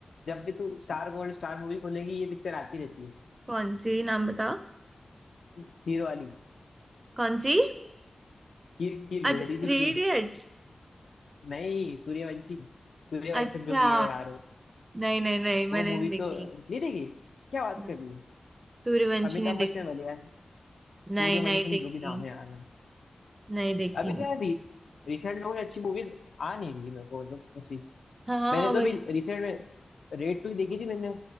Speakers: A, on the left; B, on the right.
A: जब भी तू स्टार गोल्ड स्टार मूवी खोलेगी ये पिक्चर आती रहती है
B: कौन सी नाम बता
A: खीर वाली
B: कौन सी
A: खीर खीर
B: अच्छा
A: जहरीली
B: थ्री
A: खीर
B: इडियट्स
A: नहीं सूर्यवंशी सूर्यवंशम
B: अच्छा
A: जो भी है यार वो
B: नहीं नहीं नहीं मैंने
A: वो मूवी
B: नहीं देखी
A: तो नहीं देखी क्या बात
B: नहीं,
A: कर रही है
B: सूर्यवंशी
A: अमिताभ
B: ने
A: बच्चन
B: देखी
A: वाली यार
B: नहीं
A: सूर्यवंशम
B: नहीं देखी
A: जो भी नाम है यार
B: नहीं देखी
A: अभी तो यार रिसेंट में कोई अच्छी मूवीज आ नहीं रही है मेरे को मतलब ऐसी
B: हाँ
A: मैंने
B: वही
A: तो अभी रिसेंट में रेड टू देखी थी मैंने